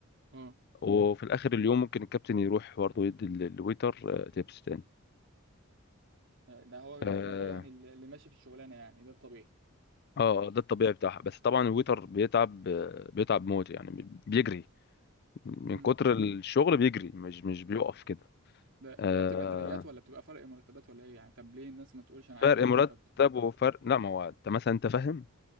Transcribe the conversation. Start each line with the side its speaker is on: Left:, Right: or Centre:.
Right: اه
Left: وفي الاخر اليوم ممكن الكابتن يروح برضه يدي ال- الويتر آه، تيبس تاني
Right: ده هو بيبقى
Left: اه
Right: ده يعني اللي ماشي في الشغلانه يعني ده الطبيعي
Left: آه، ده الطبيعي بتاعها بس طبعا الويتر بيتعب آه، بيتعب موت يعني بي- بيجري من
Right: امم
Left: كتر الشغل بيجري مش مش بيقف كده
Right: ده
Left: آه
Right: هي بتبقى ترقيات ولا بتبقى فرق مرتبات ولا ايه يعني طب ليه الناس ما تقولش
Left: فرق
Right: انا عايز اشتغل
Left: مرتب
Right: كابتن
Left: وفرق لا ما هو انت مثلا انت فاهم